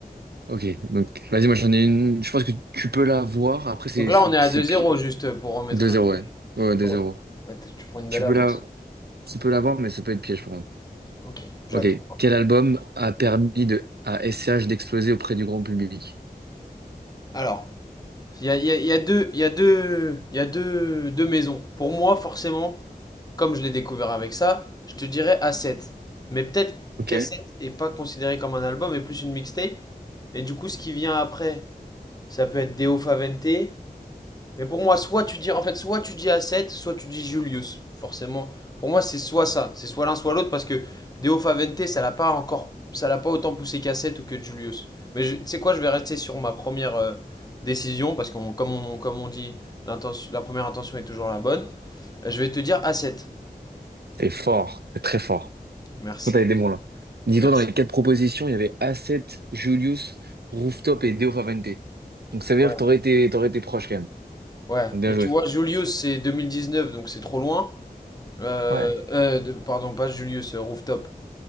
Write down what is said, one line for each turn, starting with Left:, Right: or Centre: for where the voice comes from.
Right: Ok. Donc, vas-y, moi, j'en ai une. Je pense que tu peux la voir. Après, c'est
Left: Donc là,
Right: c'est
Left: on est à
Right: c'est
Left: deux
Right: pi-
Left: zéro juste pour remettre...
Right: 2-0, ouais. Ouais, ouais, 2-0.
Left: Ouais. Ouais, t- tu prends une
Right: Tu
Left: belle avance.
Right: peux la, tu peux la voir, mais ça peut être piège, pour contre.
Left: Ok, j'attends.
Right: Ok. Quel album a permis de, à SCH d'exploser auprès du grand public?
Left: Alors, il y a, il y a- il y a deux, il y a deux, il y a deux, deux maisons. Pour moi, forcément, comme je l'ai découvert avec ça, je te dirais A7. Mais peut-être
Right: Ok.
Left: qu'A7 est pas considéré comme un album, mais plus une mixtape. Et du coup, ce qui vient après, ça peut être Deo Favente. Mais pour moi, soit tu dis, en fait, soit tu dis A7, soit tu dis Julius. Forcément. Pour moi, c'est soit ça. C'est soit l'un, soit l'autre, parce que Deo Favente, ça l'a pas encore, ça l'a pas autant poussé qu'A7 ou que Julius. Mais je- tu sais quoi, je vais rester sur ma première euh, décision, parce que on, comme on, comme on dit, l'intention- la première intention est toujours la bonne. Euh, Je vais te dire A7.
Right: C'est fort, c'est très fort.
Left: Merci.
Right: Tout t'avais des bons là. Dis-toi,
Left: Merci.
Right: dans les quatre propositions, il y avait Asset, Julius, Rooftop et Deo Favente. Donc ça veut
Left: Ouais.
Right: dire que t'aurais été, t'aurais été proche quand même.
Left: Ouais.
Right: Donc bien
Left: Mais
Right: joué.
Left: tu vois, Julius, c'est 2019, donc c'est trop loin. Euh,
Right: Ouais.
Left: euh, de- pardon, pas Julius, euh, Rooftop.